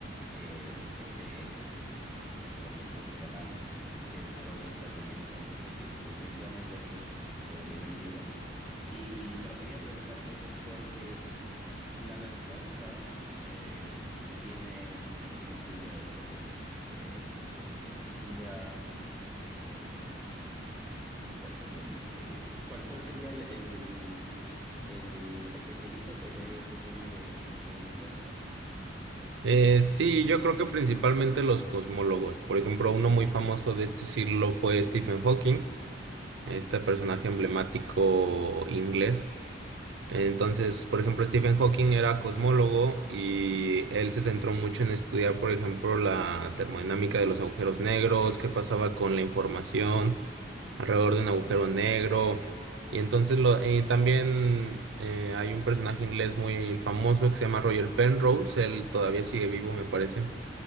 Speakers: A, in the centre; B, on the right (about 75°).
A: eh, este eh, filósofo Kalam, que desarrolla este argumento. Entonces, sí, definitivamente este es eh, bien antiguo. Y, pero quería preguntarte, porque la respuesta eh, que tiene, bueno, ¿quién estudia esto? Los, eh, bueno, cosmología, eh, bueno, eh, ¿cuál, cuál sería el, el- el especialista que ve este tema de- del universo.
B: Eh, sí, yo creo que principalmente los cosmólogos. Por ejemplo, uno muy famoso de este siglo fue Stephen Hawking, este personaje emblemático inglés Entonces, por ejemplo, Stephen Hawking era cosmólogo y él se centró mucho en estudiar, por ejemplo, la termodinámica de los agujeros negros, qué pasaba con la información alrededor de un agujero negro. Y entonces lo, eh, también eh, hay un personaje inglés muy famoso que se llama Roger Penrose, él todavía sigue vivo, me parece,